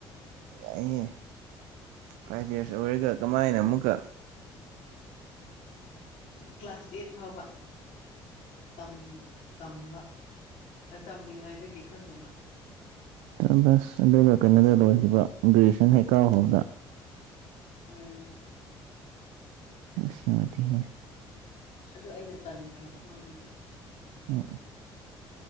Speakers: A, on the right; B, on the left.
A: ꯌꯥꯏꯍꯦ ꯐꯥꯏꯚ ꯌꯔꯁ ꯑꯣꯏꯔꯒ ꯀꯃꯥꯏꯅ ꯑꯃꯨꯛꯀ
B: ꯀ꯭ꯂꯥꯁ ꯑꯦꯠ ꯐꯥꯎꯕ ꯇꯝꯕ ꯇꯝꯅꯤꯡꯉꯥꯏꯗꯒꯤ ꯈꯪꯅꯕ
A: ꯁꯕꯥꯁ ꯑꯗꯨꯒ ꯀꯩꯅꯣꯗ ꯂꯣꯏꯈꯤꯕ ꯒ꯭ꯔꯦꯖꯨꯌꯦꯁꯟ ꯍꯦꯛ ꯀꯥꯕ ꯍꯧꯕꯗ
B: ꯎꯝ
A: ꯑꯁ ꯅꯨꯡꯉꯥꯏꯇꯦꯍꯦ
B: ꯑꯗꯨ ꯑꯩꯅ ꯇꯟꯈ꯭ꯔꯕ ꯃꯉꯣꯟꯗ
A: ꯑꯣ